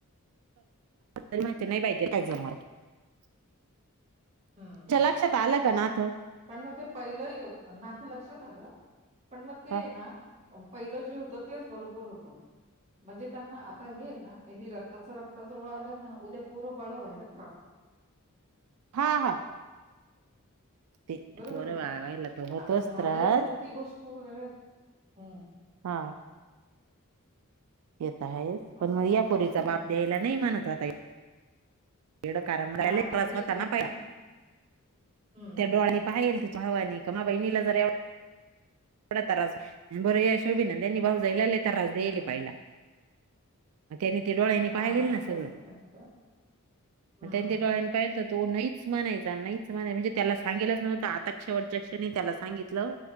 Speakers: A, on the right; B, on the right.
A: नाही बाई ते काय जमत तुमच्या
B: हं.
A: लक्षात आलं. का नात
B: पण मग ते पहिलं योग ना तर लक्षात आलं पण मग ते
A: हा
B: ना पहिलं जे होत तेच बरोबर होतं. म्हणजे त्यांना आता हे ना हे रक्ताच रक्ता जवळ आलं ना उद्या पोरं बाळ व्हायला त्रास
A: हा हा ते
B: बरोबर
A: पोरं
B: आहे की
A: वाळवायला तर होतोच
B: आता झालं
A: त्रास
B: तर ती गोष्ट वेगळ हम
A: हा येत आहेच पण
B: असं
A: मग या पोरीचा
B: असं म्हणते
A: बाप द्यायला नाही म्हणत आता, लेकराचा
B: मी. हां, आता हे
A: होता
B: यांचं
A: ना पहिला
B: हं,
A: त्या डोळ्यांनी
B: हं,
A: पाहायला येईल का तिच्या भावांनी का म बहिणीला जरा एवढ थोडा त्रास बर यशोदे नंदे नी भावजाईला लय त्रास
B: हं.
A: देले पाहिला मग त्यांनी ते डोळ्यांनी पाहिलेल
B: हां, असेल,
A: ना सगळं
B: असेल त्यांचं. हं,
A: त्यांनी ते डोळ्यांनी पाहिल तर तो नाहीच म्हणायचा नाहीच म्हणाय म्हणजे त्याला सांगेलाच नव्हतं आताक्षध्यक्षनी त्याला सांगितलं.